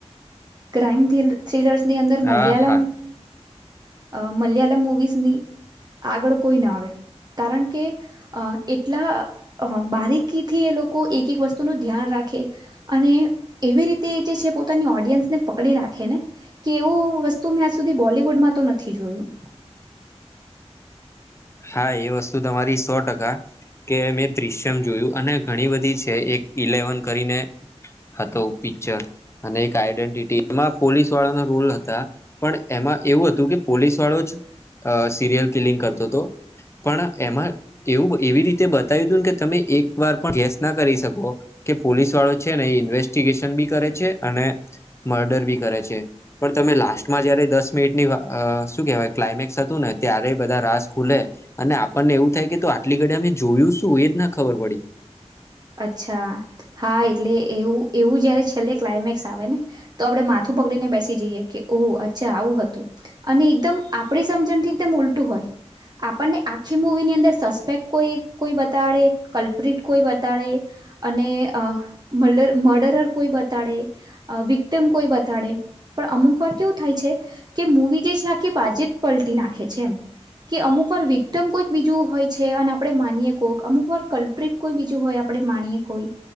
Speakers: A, on the right (about 35°); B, on the left (about 25°).
A: ક્રાાઈમ થરી થ્રીલર્સની અંદર
B: હા
A: મલયાલમ
B: <inaudible>
A: અ મલયાલમ મુવીઝની આગળ કોઈ ના આવે કારણ કે અ એટલા બારીકીથી એ લોકો એક એક વસ્તુનું ધ્યાન રાખે અને એવી રીતે જે છે, પો પોતાની ઓડિયન્સને પકડી રાખેને કે એવું વસ્તુ મેં આજ સુધી બોલીવુડમાં તો નથી જોયું.
B: હા એ વસ્તુ તમારી સો ટકા કે મેં દ્રશ્યમ જોયું અને ઘણી બધી છે, એક ઇલેવન કરીને હતો પિક્ચર અને એક આઈડેન્ટિટી એમાં પોલીસ વાળા નો રુલ હતા. પણ એમાં એવું હતું કે પોલીસ વાળો જ અ સિરિયલ કિલિંગ કરતોતો. પણ એમાં એવું એવી રીતે બતાવ્યું હતું ને કે તમે એક વાર પણ ગેસ ના કરી શકો કે પોલીસ વાળો છે, ને એ ઇન્વેસ્ટીગેશન બી કરે છે, અને મર્ડર બી કરે છે. પણ તમે લાસ્ટમાં જયારે દસ મિનિટની વા અ શું કેહેવાય ક્લાયમેક્સ હતું ને ત્યારે બધા રાસ ખુલે અને આપણને એવું થાય કે તો આટલી ઘડી અમે જોયું શું એજ ના ખબર પડી
A: અચ્છા હા એટલે એવું એવું જયારે છેલ્લે ક્લાયમેક્સ આવે ને તો આપડે માથું પકડીને બેસી જઈએ કે ઓહ અચ્છા આવું હતું. અને એકદમ આપણી સમજણથી એકદમ ઉલટું હોય. આપણને આખી મુવીની અંદર સસ્પેક કોઈ કોઈ બતાડે કલ્પ્રિટ કોઈ બ તાડે અને અ મડર મર્ડરર કોઈ બતાડે અ વિક્ટમ કોઈ બતાડે પણ અમુક વાર કેવું થાય છે. કે મૂવી જે છે, આખી બાજી જ પલટી નાખે છે, એમ કે અમુક વાર વિ ક્ટમ કોઈક બીજું હોય છે, અને આપડે માનીએ કોક અમુક વાર કલ્પ્રિટ કોઈ બી હોય આપણે માણીએ કોઈ